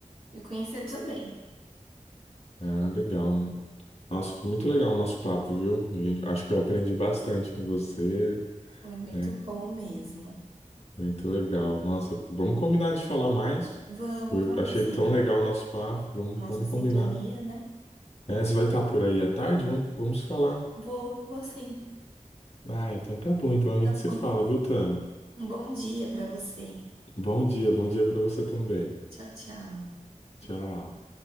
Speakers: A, on the right (about 50°); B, on the left (about 50°).
A: de conhecer também.
B: Ah, legal. Nossa, foi muito legal o nosso papo, viu? A gente- acho que eu aprendi bastante com você,
A: Foi muito
B: né?
A: bom mesmo.
B: Muito legal. Nossa, vamos combinar de falar mais.
A: Vamos,
B: Foi-
A: vamos
B: achei
A: sim.
B: tão legal o nosso papo. Vamos,
A: Nossa
B: vamos
A: sintonia,
B: combinar.
A: né?
B: É, você vai estar por aí à tarde? Vamos, vamos falar.
A: Vou, vou sim.
B: Ah, então tá bom. Então a
A: Tá
B: gente se
A: bom?
B: fala, viu, Tan?
A: Um bom dia para você.
B: Bom dia, bom dia para você também.
A: Tchau, tchau.
B: Tchau.